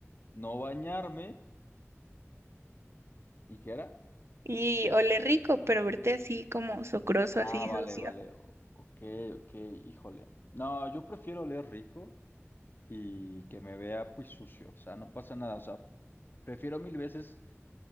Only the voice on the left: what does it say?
no bañarme, ¿y qué era?
Ah,
vale,
vale. o- Ok, ok, híjole. No, yo prefiero oler rico y que me vea pues sucio. O sea, no pasa nada. O sea, prefiero mil veces